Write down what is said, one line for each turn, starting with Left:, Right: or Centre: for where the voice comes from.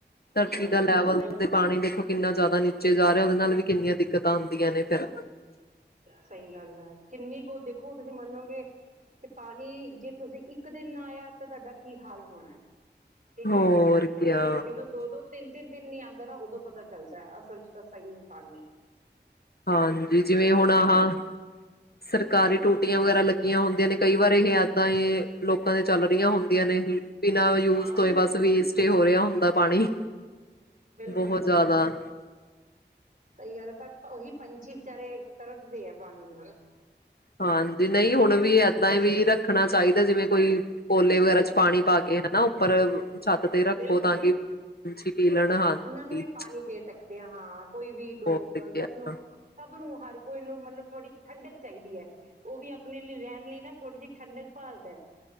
Left: ਧਰਤੀ
Right: ਹੂੰ
Left: ਦਾ ਲੈਵਲ
Right: ਸਹੀ
Left: ਤੇ ਪਾਣੀ ਦੇਖੋ ਕਿੰਨਾ ਜ਼ਿਆਦਾ ਨੀਚੇ ਨਿਚੇਂ ਜਾ ਰਿਹਾ ਉਹਦੇ ਨਾਲ ਵੀ ਕਿੰਨੀਆਂ ਦਿੱਕਤਾਂ ਆਉਂਦੀਆਂ ਨੇ ਫਿਰ
Right: ਸਹੀ ਗੱਲ ਐ। ਕਿੰਨੀ ਕੁ ਦੇਖੋ ਤੁਸੀਂ ਮੰਨੋਗੇ ਕਿ ਪਾਣੀ ਜੇ ਤੁਸੀਂ ਇੱਕ ਦਿਨ ਨਾ ਆਇਆ ਤਾਂ ਤੁਆਡਾ ਕੀ ਹਾਲ ਹੋਣਾ। ਠੀਕ
Left: ਹੋਰ
Right: ਐ,
Left: ਕਿਆ
Right: ਤੇ ਜਦੋਂ ਦੋ-ਦੋ, ਤਿੰਨ-ਤਿੰਨ ਦਿਨ ਨੀਂ ਆਂਦਾ ਨਾ ਉਦੋਂ ਪਤਾ ਚੱਲਦਾ ਐ, ਅਸਲ ਚ ਤਾਂ ਸਹੀ ਨੀਂ ਪਾ
Left: ਹਾਂਜੀ ਜਿਵੇਂ ਹੁਣ ਆਹਾ ਸਰਕਾਰੀ ਟੂਟੀਆਂ ਵਗੈਰਾ ਲੱਗੀਆਂ ਹੁੰਦੀ ਦਿਨ ਕਈ ਵਾਰ ਇਹ ਏਦਾਂ ਈ ਲੋਕ ਲੋਕਾਂ ਦੇ ਚੱਲ ਰਹੀਆਂ ਹੁੰਦੀਆਂ ਨੇ, ਹੀ ਬਿਨਾਂ ਯੂਜ
Right: ਆਮ
Left: ਤੋਂ ਹੀ ਬਸ ਵੇਸ ਤੇਂ ਹੋ ਰਿਹਾ ਹੁੰਦਾ ਪਾਣੀ,
Right: ਬਿਲਕੁਲ
Left: ਬਹੁਤ ਜ਼ਿਆਦਾ
Right: -ਬਿਲਕੁਲ ਸਹੀ ਗੱਲ ਹੈ। ਪਰ ਉਹੀ ਪੰਛੀ ਵਿਚਾਰੇ ਤਰਸਦੇ ਆ ਪਾਣੀ ਨੂੰ,
Left: ਹਾਂਜੀ, ਨਹੀਂ
Right: ਠੀਕ
Left: ਹੁਣ
Right: ਹੈ
Left: ਵੀ
Right: ਨਾ
Left: ਏਦਾਂ ਹੀ ਵੀ ਰੱਖਣਾ ਚਾਹੀਦਾ, ਜਿਵੇਂ ਕੋਈ ਕੋਲੇ ਵਗੈਰਾ। ਚ' ਪਾਣੀ ਪਾ ਕੇ ਹਨਾ ਉੱਪਰ, ਛੱਤ ਤੇ ਰੱਖੋ
Right: ਬਿਲਕੁਲ-ਬਿਲਕੁਲ
Left: ਤਾਂ ਕਿ ਪੰਛੀ ਪੀ ਲੈਣ
Right: ਹਾਂ
Left: ਹਾਂਜੀ
Right: ਉਹਨਾਂ ਨੂੰ ਵੀ ਪਾਣੀ ਦੇ ਸਕਦੇ ਹ ਹਾਂ ਕੋਈ ਵੀ ਡੋਗ
Left: ਹੋਰ ਕਿਆ
Right: ਸਭ ਨੂੰ, ਸਭ ਨੂੰ ਹਰ ਕੋਈ ਨੂੰ ਮਤਲਬ ਥੋੜ੍ਹੀ ਠੰਡਕ ਚਾਹੀਦੀ ਹੈ ਉਹ ਵੀ ਆਪਣੇ ਲਈ ਰਹਿਣ ਲਈ ਨਾ ਥੋੜ੍ਹੀ ਜਿਹੀ ਠੰਡਕ ਭਾਲਦਾ।